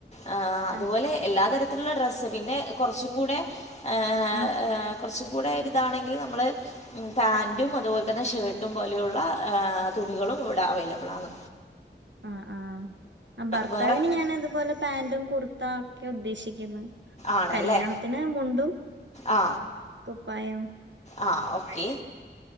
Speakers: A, on the left; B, on the right.
A: ആ അതുപോലെ
B: ആഹ്
A: എല്ലാ തര നല്ല ഡ്രസ്സ് ഉണ്ട് പിന്നെ കുറച്ചും കൂടെ ആ
B: ഉം
A: കുറച്ച് കൂടെരിതാണെങ്കിൽ നമ്മള് പാന്റും അതുപ്പോലെത്തന്നെ ഷേർട്ടും പോലെയുള്ള തുണികളുമിവിടെ അവൈലബിളാണ്.
B: ആഹ് ആഹ് ആ ഭർത്താവിന്
A: വേറെ
B: ഞാനതുപ്പോലെ പാന്റും കുർ ഇഉദ്ദേശിക്കുന്ന്
A: ആണല്ലേ
B: കല്യാണത്തിന് മുണ്ടും
A: ആ
B: കുപ്പായം
A: ആ ഓക്കെ